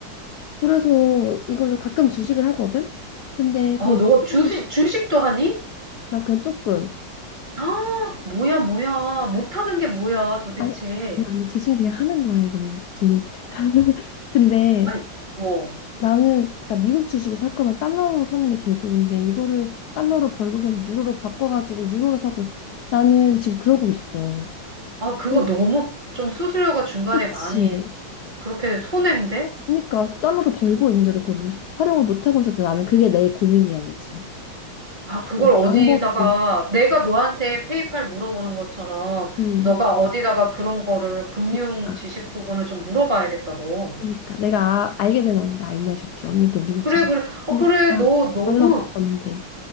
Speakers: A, on the left; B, on the right.
A: 그래서 이걸로 가끔 주식을 하거든? 근데, 그럼,
B: 아, 너 주식,
A: 이걸로
B: 주식도 하니?
A: 나 그냥 조금,
B: 아, 뭐야, 뭐야. 못하는 게 뭐야, 도대체.
A: 아, 그냥, 주식 그냥 하는 거야. 이건 뭐 돈. <laughs> 근데,
B: 아니, 어.
A: 나는 그러니까 미국 주식을 살 거면 달러로 사는 게 제일 좋은데 이거를 달러로 벌고선 유로로 바꿔가지고 유로로 사고 나는 지금 그러고 있어.
B: 아, 그거
A: 응,
B: 너무 좀 수수료가 중간에
A: 그렇지.
B: 많이 그렇게 손해인데?
A: 그러니까 달러로 벌고 있는데도 그걸 못, 활용을 못 하고 있어서 나는 그게 내 고민이야 요즘.
B: 아, 그걸
A: 그래서
B: 어디다가
A: 방법이.
B: 내가 너한테 페이팔 물어보는 것처럼
A: 음.
B: 너가 어디다가 그런 거를 금융
A: 그러니까.
B: 지식 부분을 좀 물어봐야겠다, 너.
A: 그러니까 내가 아- 알게 되면 언니한테 알려줄게. 언니도 미국
B: 그래,
A: 주식
B: 그래. 어,
A: 한
B: 그래.
A: 개씩 사.
B: 너 너무
A: 달러 버는데.